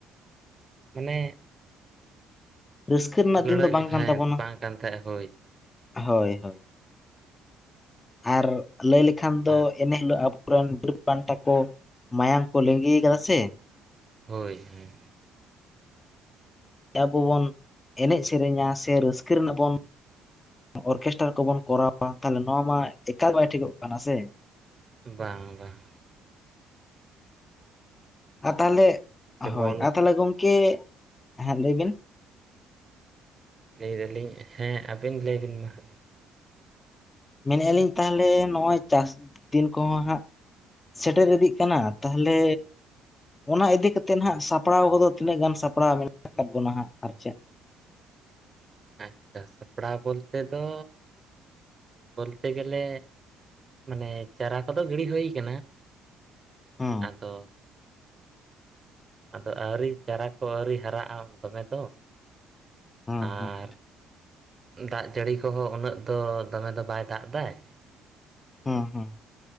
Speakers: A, on the right; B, on the left.
A: ᱢᱟᱱᱮ
B: ᱨᱟᱹᱥᱠᱟᱹ ᱨᱮᱱᱟᱜ
A: ᱞᱟᱹᱲᱦᱟᱹᱭ
B: ᱫᱤᱱ ᱫᱚ ᱵᱟᱝ
A: ᱦᱮᱸ
B: ᱠᱟᱱ ᱛᱟᱵᱚᱱᱟ
A: ᱵᱟᱝ ᱠᱟᱱ ᱛᱟᱦᱮᱸᱫ ᱦᱳᱭ
B: ᱾ ᱦᱳᱭ ᱦᱳᱭ, ᱟᱨ ᱞᱟᱹᱭ ᱞᱮᱠᱷᱟᱱ ᱫᱚ
A: ᱟᱨ
B: ᱮᱱᱮᱡ ᱫᱚ ᱟᱵ ᱟᱵᱚᱨᱮᱱ ᱵᱤᱨ ᱵᱟᱱᱴᱟ ᱠᱚ ᱢᱟᱭᱟᱝ ᱠᱚ ᱞᱤᱸᱜᱤ ᱟᱠᱟᱫᱟ ᱥᱮ
A: ᱦᱳᱭ, ᱦᱳᱭ ᱾
B: ᱟᱵᱳ ᱵᱚᱱ ᱮᱱᱮᱡ ᱥᱮᱹᱨᱮᱹᱧᱟ ᱥᱮ ᱨᱟᱹᱥᱠᱟᱹ ᱨᱮᱱᱟᱜ ᱵᱚᱱ ᱚᱨᱠᱮᱥᱴᱟᱨ ᱠᱚᱵᱚᱱ ᱠᱚᱨᱟᱣᱟ ᱛᱟᱞᱦᱮ ᱱᱚᱣᱟ ᱢᱟ ᱮᱠᱟᱞ ᱵᱟᱭ ᱴᱷᱤᱠᱚᱜ ᱠᱟᱱᱟ ᱥᱮ?
A: ᱵᱟᱝ -ᱵᱟᱝ ᱾
B: ᱟᱨ ᱛᱟᱦᱞᱮ
A: ᱡᱮᱢᱚᱱ
B: ᱦᱳᱭ ᱟᱨ ᱛᱟᱦᱞᱮ ᱜᱚᱝᱠᱮ, ᱦᱮᱸ ᱞᱟᱹᱭ ᱵᱤᱱ?
A: ᱞᱟᱹᱭ ᱫᱟᱞᱤᱧ ᱦᱮᱸ, ᱟᱵᱮᱱ ᱞᱟᱹᱭ ᱵᱤᱱ ᱢᱟ ᱾
B: ᱢᱮᱱᱮᱜ ᱟᱹᱞᱤᱧ ᱛᱟᱦᱚᱞᱮ ᱱᱚᱜᱼᱚᱭ ᱪᱟᱥ ᱫᱤᱱ ᱠᱚᱦᱚᱸ ᱦᱟᱸᱜ ᱥᱮᱴᱮᱨ ᱤᱫᱤᱜ ᱠᱟᱱᱟ, ᱛᱟᱦᱚᱞᱮ ᱚᱱᱟ ᱤᱫᱤ ᱠᱟᱛᱮᱜ ᱱᱟᱦᱟᱜ ᱥᱟᱯᱲᱟᱣ ᱠᱚᱫᱚ ᱛᱤᱱᱟᱹᱜ ᱜᱟᱱ ᱥᱟᱯᱲᱟᱣ ᱢᱮᱱᱟᱜ ᱟᱠᱟᱫ ᱵᱚᱱᱟ ᱦᱟᱸᱜ ᱟᱨ ᱪᱮᱫ?
A: ᱟᱪᱪᱷᱟ, ᱥᱟᱯᱲᱟᱣ ᱵᱚᱞᱛᱮ ᱫᱚ ᱵᱚᱞᱛᱮ ᱜᱮᱞᱮ, ᱢᱟᱱᱮ ᱪᱟᱨᱟ ᱠᱚᱫᱚ ᱜᱤᱲᱤ ᱦᱩᱭ ᱠᱟᱱᱟ,
B: ᱦᱩᱸ
A: ᱟᱫᱚ ᱟᱫᱚ ᱟᱹᱣᱨᱤ ᱪᱟᱨᱟ ᱠᱚ ᱟᱹᱣᱨᱤ ᱦᱟᱨᱟᱜᱼᱟ ᱫᱚᱢᱮ ᱫᱚ,
B: ᱦᱩᱸ
A: ᱟᱨ
B: ᱦᱩᱸ᱾
A: ᱫᱟᱜ ᱡᱟᱹᱲᱤ ᱠᱚᱦᱚᱸ ᱩᱱᱟᱹᱜ ᱫᱚ ᱫᱚᱢᱮ ᱫᱚ ᱵᱟᱭ ᱫᱟᱜ ᱮᱫᱟᱭ,
B: ᱦᱩᱸ ᱦᱩᱸ᱾